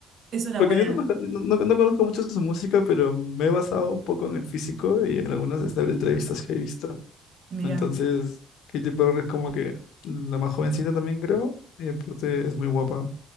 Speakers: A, on the right; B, on the left.
A: es una
B: Porque
A: buena.
B: yo no, los con- no- no- no conozco mucho su música, pero me he basado un poco en el físico y en algunas este, entrevistas que he visto.
A: Mira,
B: Entonces, Katy Perry es como que la más jovencita también creo, y aparte es muy guapa.